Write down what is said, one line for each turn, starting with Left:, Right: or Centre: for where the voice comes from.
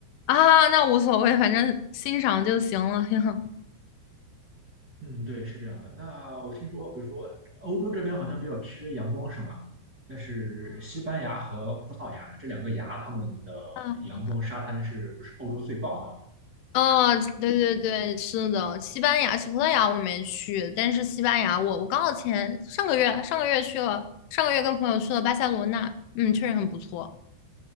Left: 啊，那无所谓，反正欣赏就行了。<laughs>
Right: 嗯，对，是这样的。那我听说，比如说欧洲这边好像比较缺阳光，是吗？但是西班牙和葡萄牙这两个牙，他们的
Left: 嗯
Right: 阳光沙滩是不是欧洲最棒的？
Left: 哦，对对对，是的，西班牙、西葡萄牙我没去，但是西班牙我我刚好前上个月上个月去了，上个月跟朋友去了巴塞罗那，嗯，确实很不错。